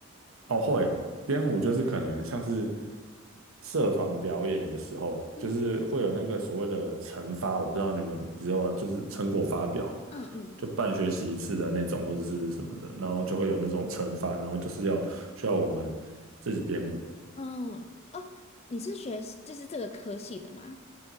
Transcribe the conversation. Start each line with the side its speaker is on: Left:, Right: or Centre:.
Right: 哦，会编舞就是可能像是社团表演的时候，
Left: 嗯
Right: 就是会有那个所谓的惩罚，我不知道你们知道吗，就是成果发表，
Left: 嗯嗯
Right: 就半学期一次的那种或者是什么的，然后就会有那种惩罚，然后就是要需要我们自己编舞。
Left: 嗯，哦，你是学就是这个科系的吗？